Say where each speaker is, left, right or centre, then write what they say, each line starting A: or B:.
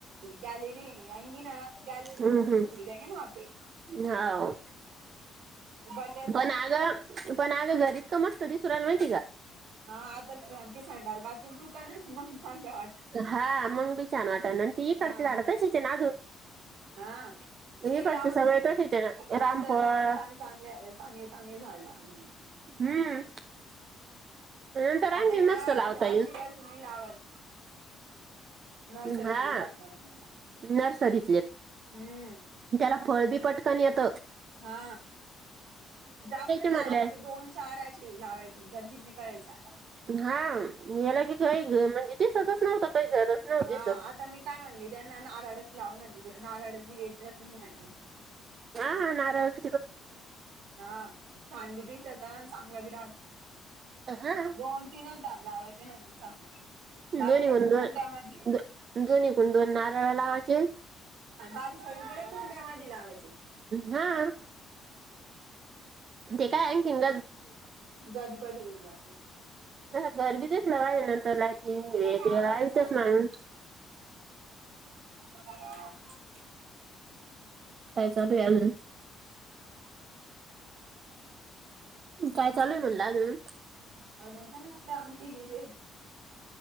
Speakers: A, on the right; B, on the right.
A: गॅलेरी... आंगी ना गॅलेरी
B: हम्म
A: तप
B: हम्म
A: ठोके जाये ना पे..
B: हाव
A: बनण्याच.
B: पण आगं पण आगं घरीत का मस्त दिसरायला माहिती का?
A: हा आता ते संडा बाथरूम तुटा ना मग... चांगलं वाटन ते
B: हा मग बी छान वाटत आणि ती इकडची
A: हा
B: झाडत
A: मग
B: शिचे ना अजून...
A: हा... मी
B: इकडचे
A: लावून
B: सगळे
A: मी
B: तशीच आहे ना
A: नंतर
B: रामफळ
A: लावग चांगले चांगले चांगले झाड लावे म्हण
B: हम्म नंतर आणखी
A: आता आहे ना
B: मस्त लावता येई
A: अशी कशी नाही लावत नर्सरीतले
B: हा
A: झाड लावून
B: नर्सरी
A: हम्म
B: त्याला फळ बी पटकन येत
A: हा जास्त लावायचे
B: म्हणल्या
A: दोन चार अशे लावाचे गंजिर कयचे आता
B: हा याला की काय म्हणजे ते सतच नव्हता काही गरज नव्ह
A: हा
B: दिसत
A: आता मी काय म्हणली त्यांना नारळच लावून म्हण नारळ येतच नाही म्हणणे
B: हा हा नारळच
A: हा छान बी दिसता आणि चांगला बी राहत
B: हा
A: दोन तीनच जाड लावायच न सांगू बाकी
B: दोन्ही
A: लागड्यामध्ये
B: गुण दोन दो दोन्ही गुण दोन नारळ लावायचे
A: बाकी सगळी पुुडे्या कोणत्या माधी लावायचे
B: हा ते काय अ तिंग
A: बाजेबाजे बोल जाात
B: <unintelligible>
A: हा चालेल. <unintelligible>
B: काय चालूय अजून काय चालू आय मनल <unintelligible>
A: <unintelligible>